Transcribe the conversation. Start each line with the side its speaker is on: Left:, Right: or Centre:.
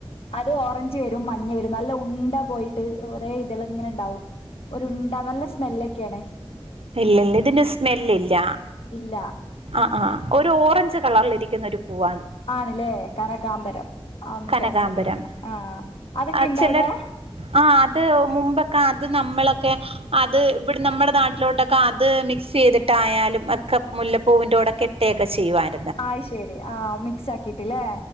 Left: അത് ഓറഞ്ച് വരും മഞ്ഞ വരും നല്ല ഉണ്ട പോയിട്ട് ഒരേ ഇതള് ഇങ്ങനെ ഇണ്ടാവും. ഒരുണ്ടാ നല്ല സ്മെല്ലൊക്കേന്
Right: ഇല്ല ഇല്ല ഇതിന് സ്മെലില്ല
Left: ഇല്ല
Right: ആ ആ ഒരു ഓറഞ്ച് കളറിലിരിക്കുന്ന ഒരു പൂവ
Left: ആണ്ല്ലേ കനകാംബരം. ആ ഒന്ന്
Right: കനകാംബരം
Left: സെർച്ചെയ്തോക്കണം ആ അതൊക്കെ
Right: ആ
Left: ഇണ്ട
Right: ചില
Left: അവിടെ
Right: ആ അത് മുമ്പൊക്കെ അത് നമ്മളൊക്കെ അത് ഇവിടെ നമ്മടെ നാട്ടിലോട്ടൊക്കെ അത് മിക്സ് ചെയ്തിട്ടായാലും ഒക്കെ മുല്ല പൂവിന്റെ കൂടെ കെട്ടയൊക്കെ ചെയ്യുവാൻ
Left: ആ ശെരി ആ മിക്സ് ആക്കിയിട്ടില്ലേ